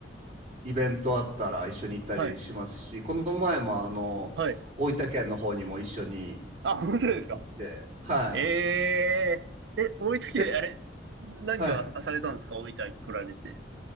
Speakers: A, on the right; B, on the right.
A: イベントあったら一緒に行ったりしますし、
B: はい、
A: この前もあの、
B: はい。
A: 大分県の方にも一緒に
B: あ、本当ですか
A: 行って、はい。
B: ええー。え、大分県、
A: 結構、
B: あれ、何かされたんですか大分来られて。
A: はい。